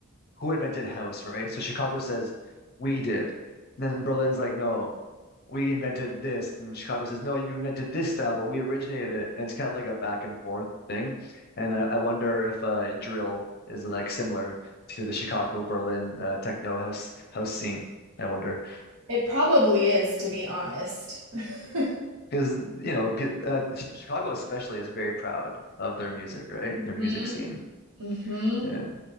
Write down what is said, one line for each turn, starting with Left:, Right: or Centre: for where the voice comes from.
Left: who invented house, right? So Chicago says we did, and then Berlin's like, no, we invented this, and then Chicago says, no, you invented this style, but we originated it, and it's kind of like a back and forth thing, and I, I wonder if uh, drill is like similar to the Chicago Berlin uh, techno house house scene. I wonder.
Right: It probably is, to be honest. <laughs>
Left: Because you know, pe- uh, Ch- Chicago especially is very proud of their music, right?
Right: Mhm.
Left: Their music scene.
Right: hmm
Left: Yeah.